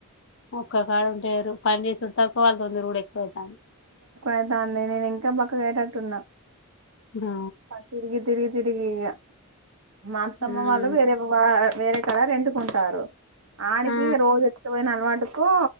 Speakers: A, on the left; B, on the right.
A: ఒక్కో కాడ ఉంటేరు పని చేసిడు తక్కువ వాళ్ళతో తిరూడు ఎక్కువుతుంది
B: ఆ బాను నేను ఇంకా బక్కగా అయ్యితేటుగాన్
A: ఆ
B: తిరిగి తిరిగి తిరిగి ఇగ మా అత్తమ్మ
A: మ్మ్
B: వాళ్ళు వేరే వా వేరే కళర్ రెంటుకుంటారు ఆడికి
A: ఆ
B: రోజు ఎక్కుపోయిన అలవాటు కో